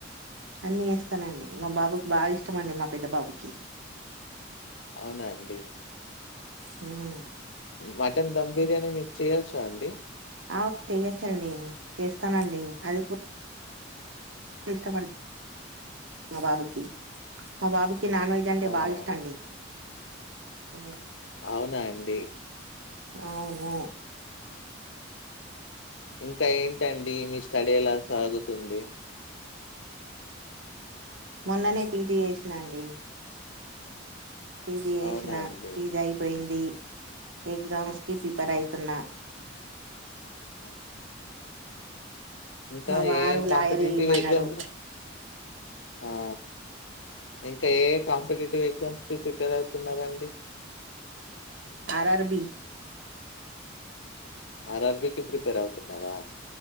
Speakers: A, on the right (about 85°); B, on the left (about 80°).
A: అన్నీ వేస్తానండి మా బాబుకి బాగా ఇష్టం అండి మా పెద్ద బాబుకి
B: అవునా అండి
A: హ్మ్
B: మటన్ ధమ్ బిర్యానీ మీకు చేయొచ్చా అండి
A: ఆ చెయొచ్చండి చేస్తానండి అది కూ ఇష్టమం మా బాబుకి మా బాబు కి నాన్ వెజ్ అంటే
B: అవునా?
A: బాగా ఇష్టండి హ్మ్
B: అవునా అండి
A: అవును
B: ఇంకా ఏంటండి మీ స్టడీ ఎలా సాగుతుంది
A: మొన్ననే పీజీ చేసినా అండి పి జి చేసిన
B: అవునా అండి?
A: పి జి అయిపోయింది డి ఎగ్జామ్స్ కి ప్రిపేర్ అయితున్నా
B: హ్మ్. ఇంకా
A: మా వారు
B: ఏ కాంపిటీటివ్
A: లాయర్ ఇయ్యమన్నాడు
B: ఎగ్జామ్స్ రా ఆ ఇంకా ఏయే కాంపిటేటివ్ ఎగ్జామ్స్ కి ప్రిపేర్ అవుతున్నారండి
A: R R B
B: R R B కి ప్రిపేర్ అవుతున్నారా